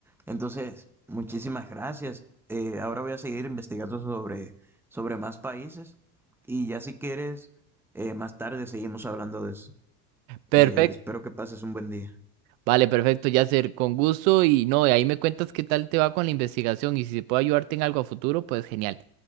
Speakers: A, in the centre; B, on the right.
A: Entonces, muchísimas gracias. Eh, ahora voy a seguir investigando sobre, sobre más países y ya si quieres, eh, más tarde seguimos hablando de eso.
B: Perfecto.
A: Eh, espero que pases un buen día.
B: Vale, perfecto, Yasser. Con gusto y no, de ahí me cuentas qué tal te va con la investigación y si se puede ayudarte en algo a futuro, pues genial.